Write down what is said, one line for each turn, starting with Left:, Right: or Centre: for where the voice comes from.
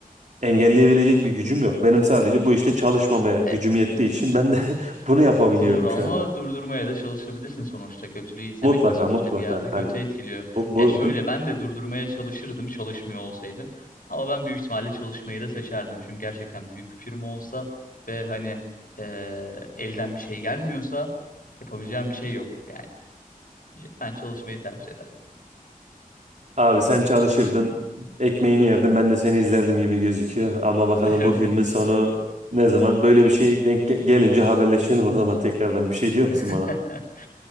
Right: engelleyebilecek bir gücüm yok. Benim sadece bu işte çalışmamaya gücüm
Left: e,
Right: yettiği için ben de <laughs> bunu yapabiliyorum
Left: doğru
Right: şu
Left: ama
Right: anda.
Left: durdurmaya da çalışabilirsin sonuçta. Kötülüğü izlemek
Right: Mutlaka
Left: de sonuçta
Right: mutlaka.
Left: bir yerde
Right: Hani
Left: kötü etkiliyor.
Right: bu,
Left: Ya
Right: bu
Left: şöyle
Right: dün-
Left: ben de durdurmaya çalışırdım çalışmıyor olsaydım. Ama ben büyük ihtimalle çalışmayı da seçerdim. Çünkü gerçekten büyük bir firma olsa ve hani e, elden bir şey gelmiyorsa yapabileceğim bir şey yok. Yani ben çalışmayı tercih ederdim.
Right: abi sen çalışırdın, ekmeğini yerdin, ben de seni izlerdim gibi gözüküyor. Ama bakalım
Left: Evet.
Right: bu filmin sonu ne zaman? Böyle bir şey denk ge- gelince haberleşelim o zaman tekrardan. Bir şey diyor
Left: <laughs>
Right: musun bana?